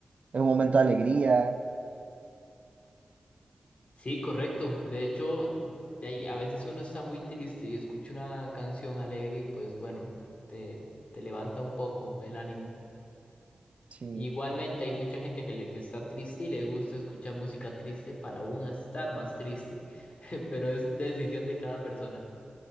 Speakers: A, on the right; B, on the left.
A: es un momento de alegría.
B: Sí, correcto. De hecho, de ahí, a veces uno está muy triste y escucha una canción alegre y pues bueno, te, te levanta un poco el ánimo.
A: Sí.
B: Igualmente hay mucha gente que, le, que está triste y les gusta escuchar música triste para aún estar más triste, <laughs> pero es decisión de cada persona.